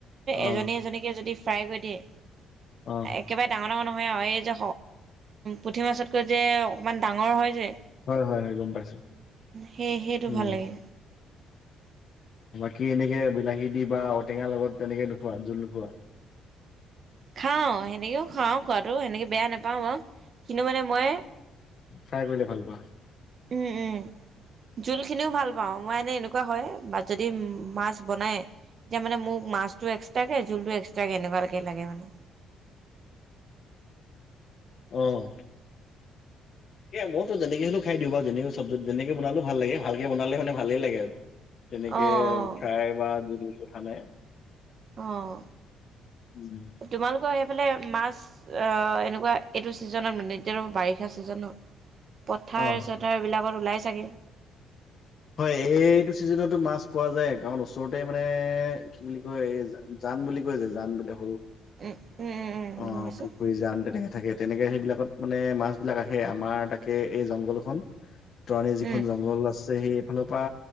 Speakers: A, on the left (about 45°); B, on the right (about 45°).
A: অ
B: এজনী এজনীকে যদি ফ্ৰাই কৰি দিয়ে
A: অ
B: একেবাৰে ডা নহয় আৰু এই যে পুঠি মাছতকৈ যে অকণমান ডাঙৰ হয় যে
A: হয়, হয়, হয়, গম পাইছো
B: সেই সেইটো
A: উম
B: ভাল লাগে
A: কি এনেকে বিলাহী দি বা ঔটেঙাৰ লগত তেনেকে নোখোৱা জোল নোখোৱা
B: খাওঁ সেনেকেও খাওঁ খোৱাাতটো সেনেকে বেয়া নাপাওঁ বাৰ কিন্তু মানে মই
A: চাই কৰিলে ভাল পোৱা
B: উম, উম, জোল খিনিও ভাল পাওঁ মই এনে এনেকুৱা হয় বা যদি মাছ বনাই তেতিয়া মানে মোক মাছটো এক্সট্ৰাকে জোলটো একস এক্সট্ৰাক কেনেকুৱালৈকে লাগে মানে
A: আহ, এ মইতো যেনেকে হ'লো খাই দিওঁ বু যেনেকে চব্জি যেনেকে বনালো ভাল লাগে ভালকে বালোনে ভালেই লাগে আৰু তেনেকে
B: অঁ অঁ
A: ফ্ৰাই বা জল কঠা নাই
B: অ',
A: উম,
B: তোমালোকৰ মাছ অ', এনেকুৱা এইটো ছিজনত মানে এতিয়া বাৰিষা চিজনত পথাৰ
A: অ'।
B: চথাৰ বিলাকত ওলাই চাগে
A: হয় এইটো চিজনতো মাছ পোৱা যায় কাৰণ ওচৰতে মানে কি বুলি কয় এই জান বুলি কৈছে জান বুলি
B: উ, উম। উম উম
A: অ'
B: গম পাইছোঁ
A: পুখুৰী জাম তেনেকে থাকে। তেনেকে সেইবিলাকত মানে মাছ বিলাক আহে আমাৰ তাকে এই জংঘলখন ত' আমি যিখন
B: উম
A: জংঘল আছে সেইফালৰ পৰা